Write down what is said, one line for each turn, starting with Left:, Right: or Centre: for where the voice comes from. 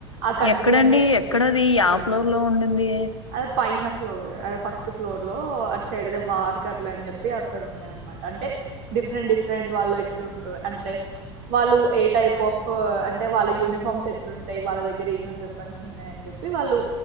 Right: ఆ కంట్రీ
Left: ఎక్కడండి
Right: అంటే
Left: ఎక్కడది యా ఫ్లోర్ లో ఉండింది
Right: అ పైన ఫ్లోర్ ఫస్ట్ ఫ్లోర్ లో అటు సైడ్ అద వార్ కర్లు అని చెప్పి అక్కడ ఉండే అనమాట అంటే డిఫరెంట్ డిఫరెంట్ వాళ్ళు ఎట్లుంట అంటే వాళ్ళు ఏ టైప్ ఆఫ్ అంటే వాళ్ళ యూనిఫామ్స్ ఎట్లుంటాయి వాళ్ళ దగ్గర ఏమ వెపన్స్ ఉన్నాయ అని చెప్పి వాళ్ళు